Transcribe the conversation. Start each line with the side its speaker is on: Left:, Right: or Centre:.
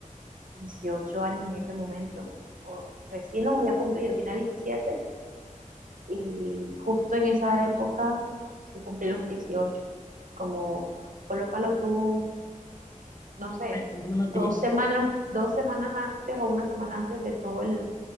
Right: 18 años en ese momento. o recién los había cumplido, tenía 17 y justo en esa época yo cumplí los dieciocho Como colócalo tú, no sé,
Left: Entonces, unos
Right: dos
Left: días.
Right: semanas, dos semanas antes o una semana antes de todo el,